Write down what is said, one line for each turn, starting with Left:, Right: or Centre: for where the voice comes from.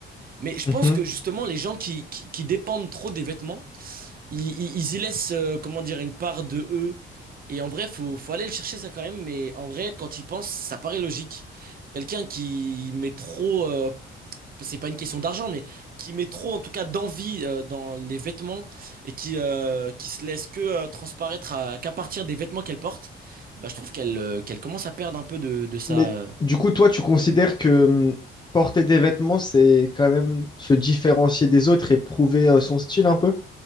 Right: Mais je
Left: Mhm.
Right: pense que justement, les gens qui, qui, qui dépendent trop des vêtements, ils, ils- ils y laissent, euh, comment dire, une part de eux. Et en vrai, faut, faut aller le chercher ça quand même. Mais en vrai, quand ils pensent, ça paraît logique. Quelqu'un qui met trop, euh, c'est pas une question d'argent, mais qui met trop en tout cas d'envie euh, dans les vêtements et qui, euh, qui se laisse que euh, transparaître à- qu'à partir des vêtements qu'elle porte, bah, je trouve qu'elle euh, qu'elle commence à perdre un peu de, de sa,
Left: Mais
Right: euh,
Left: du coup, toi, tu considères que hum, porter des vêtements, c'est quand même se différencier des autres et prouver euh, son style un peu?